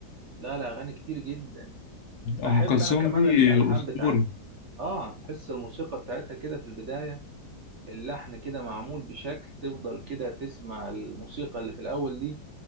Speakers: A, on the right; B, on the left.
A: لا لا أغاني كتير جدا بحب
B: ام كلثوم
A: انا كمان
B: دي
A: الالحان
B: اسطورة
A: بتاعتها اه تحس الموسيقى بتاعتها كده في البدايه اللحن كده معمول بشكل تفضل كده تسمع الموسيقى اللي في الاول دي